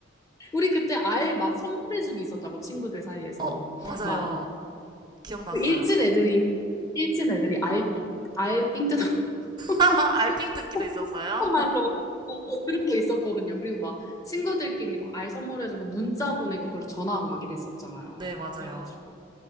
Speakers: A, on the left (about 15°); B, on the right (about 25°).
A: 우리 그때 알 막 선물해주기 있었다고 친구들 사이에서
B: 어, 맞아요.
A: 막그
B: 기억났어요.
A: 일진 애들이 일진 애들이 알알삥 뜯어 <laughs>
B: <laughs> 알핑 뜯기도 있었어요?
A: 말로
B: <laughs>
A: 그런 거 있었거든요. 그리고 막 친구들끼리 막 알 선물해주고 문자 보내고 그걸로 전화하고 막 이랬었잖아요.
B: 네, 맞아요.
A: 그래가지고